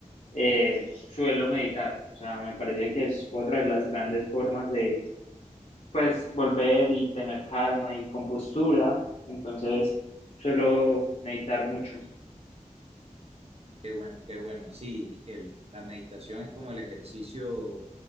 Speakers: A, on the left; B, on the right.
A: eh, suelo meditar, o sea, me parece que es otra de las grandes formas de pues volver y tener calma y compostura, entonces suelo meditar mucho.
B: Qué bueno, qué bueno. Sí, el, la meditación es como el ejercicio